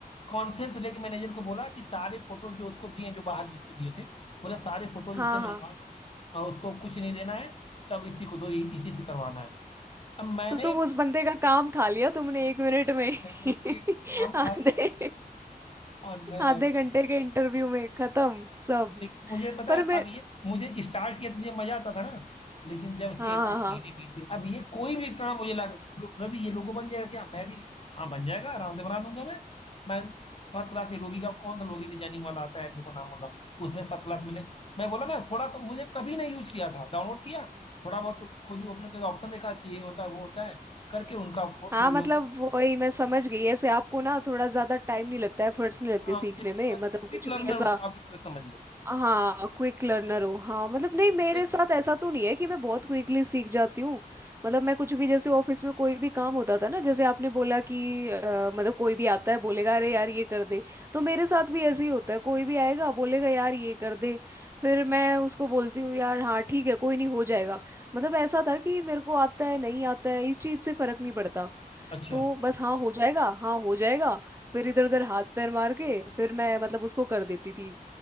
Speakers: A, on the left (about 40°); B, on the right (about 15°).
A: कॉन्फ्रेंस लेके मैनेजर को बोला कि सारे फोटो जो उसको दिए जो बाहर जिसको दिए थे बोले सारे फोटो
B: हाँ
A: उससे मंगवा
B: हाँ
A: लो और उसको कुछ नहीं देना है सब इसी को दो ये- इसी से करवाना है अब मैंने
B: तो तुम उस बंदे का काम खा लिया तुमने एक मिनट में
A: मैंने
B: <laughs>
A: उसके काम खा
B: आधे
A: लिया और और मैं
B: आधे
A: ऐसे
B: घंटे
A: start
B: के इंटरव्यू में खत्म सब
A: लेकिन मुझे पता
B: पर
A: है
B: मैं
A: अब ये मुझे स्टार्ट किया तो मुझे मजा आता था ना लेकिन जब
B: हाँ
A: से एक आध
B: हाँ हाँ
A: महीने बीते अब ये कोई भी काम मुझे लगा लो- रवि ये लोगो बन जाएगा क्या मैं भी हाँ बन जाएगा आराम से बना दूंगा मैं मैं फर्स्ट क्लास एडोबी का कौन सा लोगो डिजाइनिंग वाला आता है देखो नाम बोल रहा हूँ उसमें फर्स्ट क्लास मैंने मैं बोला ना थोड़ा सा मुझे कभी नहीं यूज किया था डाउनलोड किया थोड़ा बहुत खुद ही ओपन करके ऑप्शन देखा अच्छा ये होता है वो होता है करके उनका
B: हाँ
A: लोगो
B: मतलब वही मैं समझ गई ऐसे आपको ना थोड़ा ज्यादा टाइम नहीं लगता है एफर्ट्स नहीं लगते
A: हाँ
B: सीखने
A: मुझे चीजें
B: में मतलब
A: मैं क्विक
B: कुछ
A: लर्नर
B: भी ऐसा
A: उस आप एक तरह से समझ लो
B: हाँ क्विक लर्नर हो हाँ मतलब
A: अब
B: नहीं मेरे
A: ऐसे
B: साथ ऐसा तो नहीं है कि मैं बहुत क्विकली सीख जाती हूँ मतलब मैं कुछ भी जैसे ऑफिस में कोई भी काम होता था ना जैसे आपने बोला कि अ, मतलब कोई भी आता है बोलेगा अरे यार ये कर दे तो मेरे साथ भी ऐसे ही होता है कोई भी आएगा बोलेगा यार ये कर दे फिर मैं उसको बोलती हूँ यार हाँ ठीक है कोई नहीं हो जाएगा मतलब ऐसा था कि मेरे को आता है नहीं आता है इस चीज़ से फर्क नहीं पड़ता
A: अच्छा
B: तो बस हाँ हो जाएगा हाँ हो जाएगा फिर इधर उधर हाथ पैर मार के फिर मैं मतलब उसको कर देती थी